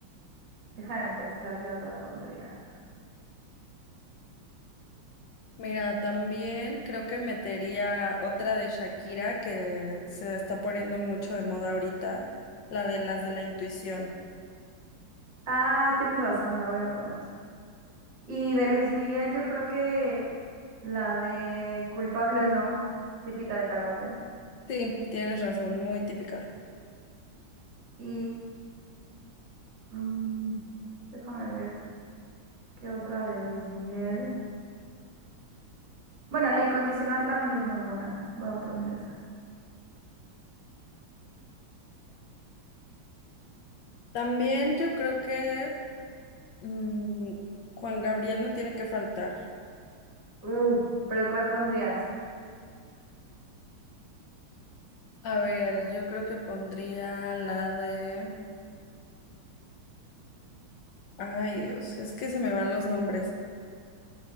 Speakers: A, on the right (about 60°); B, on the left (about 70°).
A: déjame pensar qué otra pondría.
B: Mira, también creo que metería otra de Shakira que se está poniendo mucho de moda ahorita, la de las de la intuición.
A: Ah, tienes razón, la voy a poner. Y de Luis Miguel, yo creo que la de culpable o no, típica de karaoke.
B: Sí, tienes razón, muy típica.
A: Y mm, déjame ver qué otra de Luis Miguel. Bueno, la incondicional también es muy buena. Voy a poner esas.
B: También yo creo que mm, Juan Gabriel no tiene que faltar.
A: Uf, pero ¿cuál pondrías?
B: A ver, yo creo que pondría la de... Ay, Dios, es que se me van los nombres.